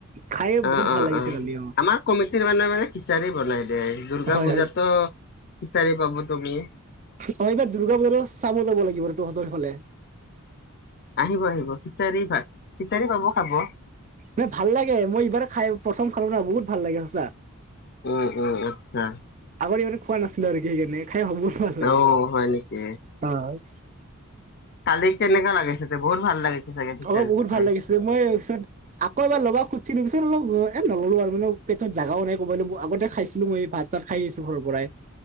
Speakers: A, on the right (about 35°); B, on the left (about 45°).
A: খায়ে
B: অ',
A: বহুত ভাল
B: অ',
A: লাগিছে
B: অ'
A: কালি
B: আমাৰ কমিটিৰ মানে মানে খিচাৰি বনাই দে দুৰ্গা
A: হয়
B: পূজাতো
A: হয়
B: খিচাৰি পাব তুমি।
A: অ' এইবাৰ দুৰ্গা পূজাৰ চাব যাব লাগিব তহঁতৰ ফালে।
B: আহিব আহিব খিচাৰি বা-খিচাৰি পাব খাব।
A: নাই ভাল লাগে মই এইবাৰ খাই প্ৰথম খালো না বহুত ভাল লাগে সঁচা।
B: উ, উ, আচ্ছা।
A: আগতে ইমান খোৱা নাছিলো আৰু সেই কাৰণে খাই বহুত ভাল লাগে
B: অ হয় নেকি
A: অ'।
B: কালি কেনেকা লাগিছে বহুত ভাল লাগিছে। চাগে খিচাৰিটো
A: অ', বহুত
B: খাই
A: ভাল লাগিছে মই আকৌ এবাৰ ল'বা খুজিছিলোঁ অলপ এ নললো আৰু মানে পেটত জাগাও নাই ক'ব ল আগতে খাইছিলো মই ভাত চাত খাই আছো ঘৰ পৰাই-া